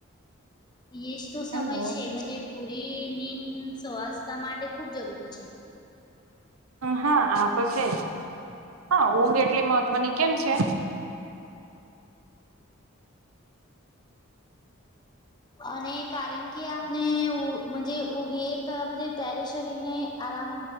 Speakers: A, on the left; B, on the right.
A: એજ તો સમય
B: હેલો
A: છે. મજે પૂરી નીંદ સ્વાસતા માટે ખૂબ જરૂરી છે.
B: હા આ તો છે જ. હા ઊંઘ એટલી મહત્વની કેમ છે?
A: અને કારણ કે આપને ઉજ મજે ઉગીએ તો મજે ત્યારે શરીર ને આરામ